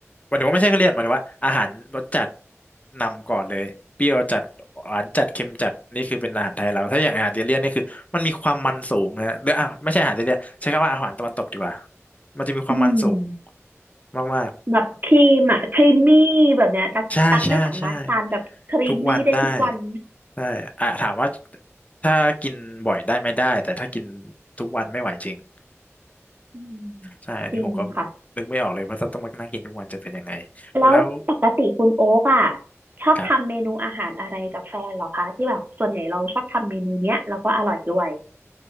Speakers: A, on the left; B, on the right.
A: หมายถึงว่าไม่ใช่แค่เลี่ยนหมายถึงว่าอาหารรสจัดนำก่อนเลยเปรี้ยวจัดหวานจัดเค็มจัดนี่คือเป็นอาหารไทยเราถ้าอย่างอาหารอิตาเลียนนี่คือมันมีความมันสูงนะฮะหรืออ่ะไม่ใช่อาหารอิตาเลียนใช้คำว่าอาหารตะวันตกดีกว่ามันจะมีความมันสูง
B: อืม
A: มาก
B: แบบครีมอ่ะครีมมี่แบบเนี้ยตักตักไม่สามารถทานแบบครีมมี่ได้ทุกวัน
A: ๆใช่ใช่ใช่ทุกวันได้ได้อ่ะถามว่าถ้ากินบ่อยได้ไม่ได้แต่ถ้ากินทุกวันไม่ไหวจริง
B: อืม
A: ใช่อันนี้ผมก็
B: จริงค่ะ
A: นึกไม่ออกเลยว่าถ้าต้องมานั่งกินทุกวันจะเป็นยังไง
B: แล้วปกติคุณโอ๊กอ่ะ
A: แล้ว
B: ชอบทำเมนูอาหารอะไรกับแฟนเหรอคะที่แบบส่วนใหญ่เราชอบทำเมนูเนี้ยแล้วก็อร่อยด้วย
A: ครับ